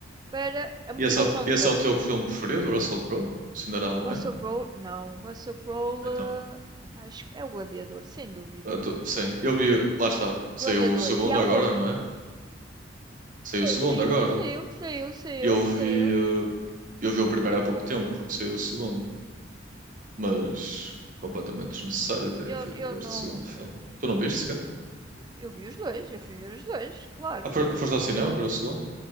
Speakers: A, on the right; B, on the right.
A: para a motivação
B: E esse é, o- esse
A: dele.
B: é o teu filme preferido, o Russell Crowe? O Cinderella
A: Russell
B: Man?
A: Crowe, não, Russell Crowe,
B: Então,
A: eh, acho que é o Gladiador, sem dúvida.
B: eu tô- sim, eu vi, lá está,
A: O
B: saiu
A: Gladiador.
B: o segundo
A: E há
B: agora,
A: o outro.
B: não é? Saiu
A: Sim,
B: o segundo
A: saiu,
B: agora.
A: saiu, saiu, saiu,
B: Eu vi,
A: saiu.
B: eh, eu vi o primeiro há pouco tempo, porque saiu o segundo, mas
A: Meu,
B: completamente desnecessário terem
A: Eu,
B: feito
A: eu não.
B: este segundo filme.
A: eh,
B: Tu não viste sequer?
A: eu vi os dois, eu fui ver os dois, claro.
B: Ah, fo- Foste ao cinema ver o segundo?